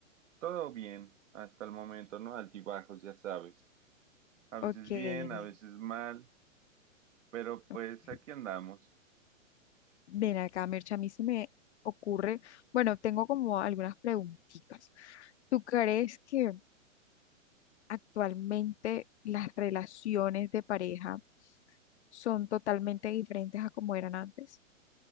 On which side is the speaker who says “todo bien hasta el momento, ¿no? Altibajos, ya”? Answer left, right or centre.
Right